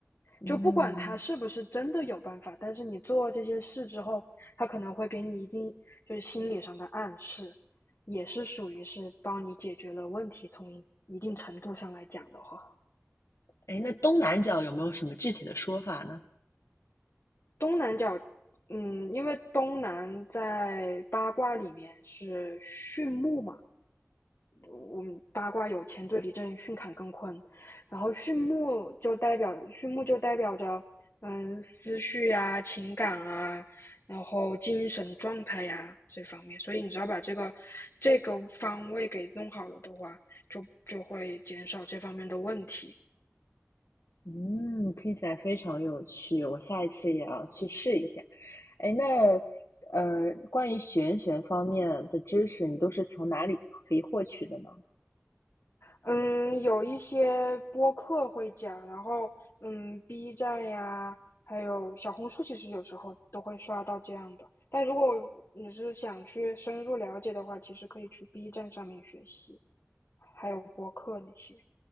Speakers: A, on the left; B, on the left.
A: 嗯
B: 就不管它是不是真的有办法，但是你做这些事之后，它可能会给你一定就是心理上的暗示，也是属于是帮你解决了问题。从一一定程度上来讲的话，
A: 哎，那东南角有没有什么具体的说法呢？
B: 东南角，嗯，因为东南在八卦里面是巽木嘛。我们八卦有乾对离震巽坎艮坤，然后巽木就代表巽木就代表着嗯思绪呀、啊情感啊，然后精神状态呀啊这方面，所以你只要把这个这个方位给弄好了的话，就就会减少这方面的问题。
A: 嗯，听起来非常有趣，我下一次也要去试一下。哎，那呃，关于玄学方面的知识，你都是从哪里可以获取的呢？
B: 嗯，有一些播客会讲，然后嗯，B 站呀，还有小红书，其实有时候都会刷到这样的。但如果你是想去深入了解的话，其实可以去 B 站上面学习，还有播客那些。